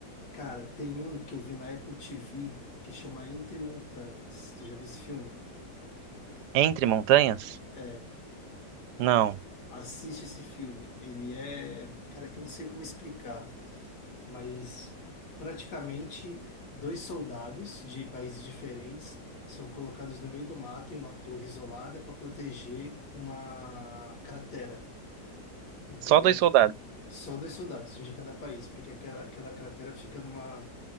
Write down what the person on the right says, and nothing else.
Entre Montanhas?
Não.
Só dois soldados.